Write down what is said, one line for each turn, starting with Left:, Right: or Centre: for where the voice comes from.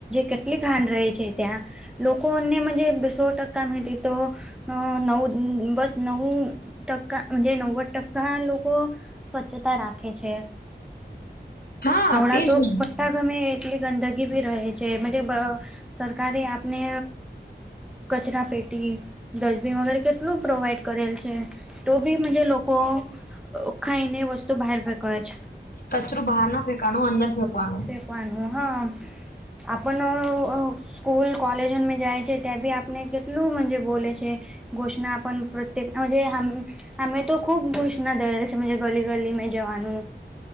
Centre: કેટલી ખાાન રહે છે, ત્યાં લોકોને સો ટકા મળી તો અ નવ બસ નવ ટકાજ નવદ ટકા લોકો સ્વચ્છતા રાખે છે.
Left: <inaudible>
Centre: આવડા
Left: તેજ
Centre: તો
Left: ને
Centre: બા ગમે એટલી ગંદગી ભી રહે છે મજે <unintelligible> સરકારે આપને કચરા પેટી ડસ્ટબિન વગેરે કેટલું પ્રોવાઈડ કરેલ છે, તો બી મજે લોકો ખાઈને વસ્તુ બહાર ફેંકવે છે.
Left: કચરું બહાર ના ફેંકાવાનું અંદર ફેંકવાનું
Centre: પ પાનું હા આપણ સ્કૂલ કોલેજ મે જાય છે ત્યાં બી આપને કેટલું મજે બોલે છે, ઘોષણા આપણ પ્રતકમે તો ખબુ <unintelligible> <unintelligible> લ છે ગલી ગલી મે જવાનું